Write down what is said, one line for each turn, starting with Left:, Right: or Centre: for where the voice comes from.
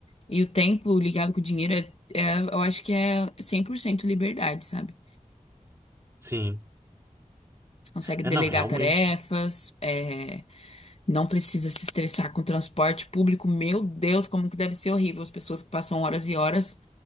Left: E o tempo ligado com o dinheiro é, é- eu acho que é 100% liberdade, sabe?
Right: Sim.
Left: Consegue delegar
Right: É, não, realmente.
Left: tarefas, é, não precisa se estressar com transporte público. Meu Deus, como que deve ser horrível as pessoas que passam horas e horas.